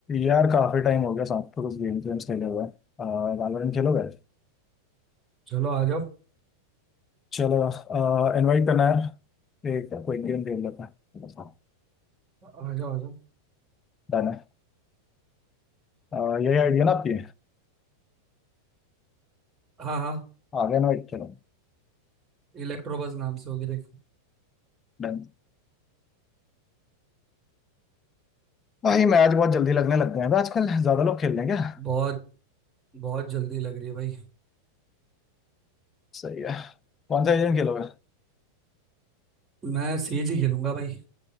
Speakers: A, on the left; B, on the right.
A: यार काफी टाइम हो गया साथ में कुछ गेम्स वेम्स खेले हुए वैलोरेंट खेलोगे
B: चलो आ जाओ
A: चलो इनवाइट करना है एक क्विक गेम खेल लेते हैं
B: आ जाओ आ जाओ
A: डन है अह, यही आइडिया ना आपकी
B: हाँ हाँ
A: आ गया इनवाइट चलो
B: इलेक्ट्रो बस नाम से होगी देख
A: डन भाई मैच बहुत जल्दी लगने लग गए हैं आजकल ज्यादा लोग खेल रहे हैं क्या
B: बहुत बहुत जल्दी लग रही है भाई
A: सही है कौन सा गेम खेलोगे
B: मैं सीएजी ही खेलूंगा भाई